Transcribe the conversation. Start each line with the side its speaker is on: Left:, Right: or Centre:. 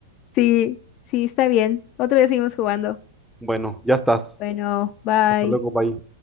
Left: Sí, sí, está bien. Otro día seguimos jugando.
Centre: Bueno, ya estás.
Left: Bueno, bye.
Centre: Hasta luego, bye.